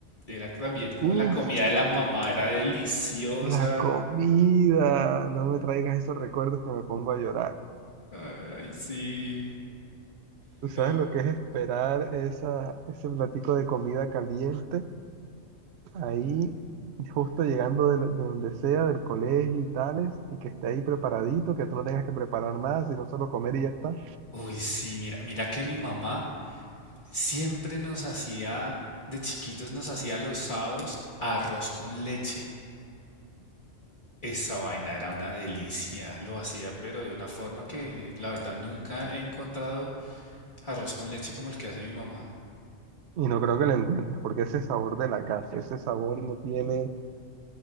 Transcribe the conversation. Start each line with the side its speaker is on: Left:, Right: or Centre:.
Left: era también como
Right: Uf,
Left: la comida de la mamá, era deliciosa.
Right: la comida, no me traigas esos recuerdos que me pongo a llorar.
Left: Ay, sí,
Right: ¿Tú
Left: no.
Right: sabes lo que es esperar esa, ese platico de comida caliente ahí, justo llegando de, lo- de donde sea, del colegio y tales, y que esté ahí preparadito, que tú no tengas que preparar nada, sino solo comer y ya está?
Left: Uy, sí, mira, mira que mi mamá Siempre nos hacía, de chiquitos nos hacía los sábados arroz con leche. Esa vaina era una delicia, lo hacía pero de una forma que la verdad nunca he encontrado arroz con leche como el que hace mi mamá.
Right: Y no creo que lo encuentres, porque ese sabor de la casa, ese sabor no tiene,